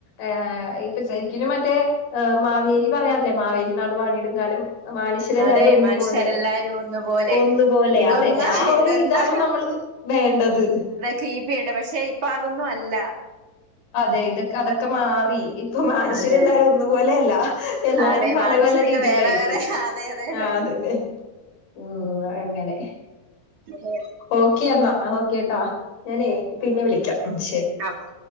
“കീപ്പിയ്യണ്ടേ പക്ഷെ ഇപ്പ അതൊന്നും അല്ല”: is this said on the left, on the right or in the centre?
Right